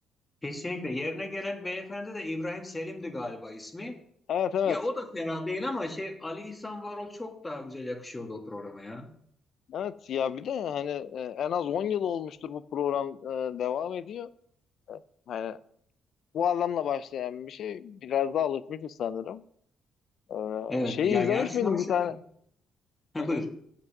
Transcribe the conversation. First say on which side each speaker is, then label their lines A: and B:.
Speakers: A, on the left; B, on the left.
A: Kesinlikle. Yerine gelen beyefendi de İbrahim Selim'di galiba ismi.
B: Evet evet.
A: Ya o da fena değil ama şey Ali İhsan Varol çok daha güzel yakışıyordu o programa ya.
B: Evet ya bir de hani e, en az 10 yıl olmuştur bu program e, devam ediyor. Hani bu adamla başlayan bir şey biraz daha alışmışız sanırım. Ee,
A: Evet.
B: şeyi
A: Ya
B: izlemiş
A: yarışmanın
B: miydin
A: şöyle.
B: bir tane?
A: Ha,
B: Hı hı.
A: buyur.